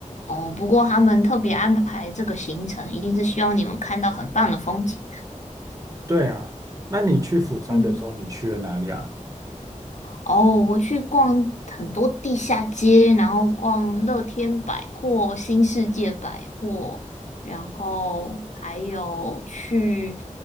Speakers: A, on the left; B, on the right.
A: 哦，不过他们特别安排这个行程，一定是希望你们看到很棒的风景。
B: 对啊，那你去釜山的时候，
A: 嗯。
B: 你去了哪里啊？
A: 哦，我去逛很多地下街，然后逛乐天百货、新世界百货，然后还有去